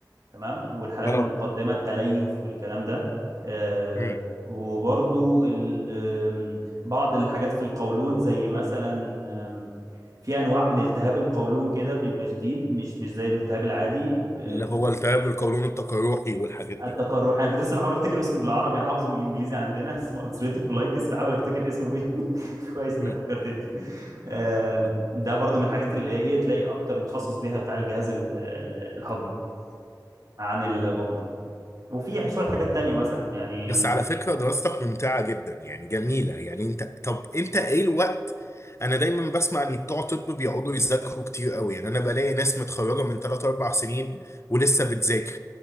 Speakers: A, on the right; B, on the left.
A: تمام والحالات
B: اه
A: المتقدمه التليف والكلام ده آه،
B: امم
A: وبرضو ال- آم، بعض الحاجات في القولون زي مثلا آم، في انواع من التهاب القولون كده بيبقى شديد مش مش زي الالتهاب العادي ب-
B: اللي هو التهاب القولون التقرحي والحاجات دي
A: التقرح انا كنت لسه بحاول افتكر اسمه بالعربي انا حافظه بالانجليزي عندنا <laughs> اسمه ulcerative colitis بحاول افتكر اسمه ايه <laughs> كويس
B: امم
A: انك فكرتني آم،
B: اه
A: ده برضو من الحاجات اللي ايه تلاقي اكتر متخصص بيها بتاع الجهاز ال- ال- الهضمي عن البطنة وفي شوية
B: امم
A: حاجات تانية مثلا يعني
B: بس على فكرة دراستك ممتعة جدا يعني جميلة يعني انت طب انت ايه الوقت؟ انا دايما بسمع ان بتوع طب بيقعدوا يذاكروا كتير قوي يعني انا بلاقي ناس متخرجة من 3 4 سنين ولسه بتذاكر